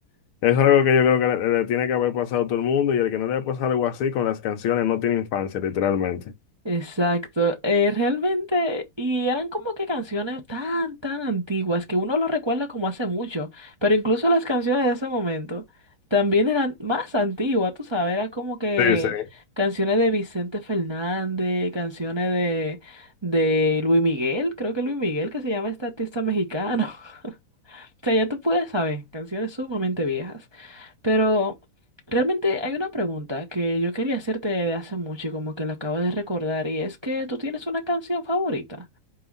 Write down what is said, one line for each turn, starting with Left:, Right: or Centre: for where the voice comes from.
Left: es algo que yo creo que le, le tiene que haber pasado a todo el mundo y el que no le haya pasado algo así con las canciones no tiene infancia, literalmente.
Right: exacto. Eh, realmente, y eran como que canciones tan, tan antiguas que uno lo recuerda como hace mucho, pero incluso las canciones de ese momento también eran más antiguas, tú sabes, era como que
Left: Sí, sí.
Right: canciones de Vicente Fernández, canciones de, de Luis Miguel, creo que Luis Miguel, que se llama este artista mexicano. <laughs> O sea, ya tú puedes saber, canciones sumamente viejas. Pero realmente hay una pregunta que yo quería hacerte de hace mucho y como que la acabo de recordar y es que tú tienes una canción favorita.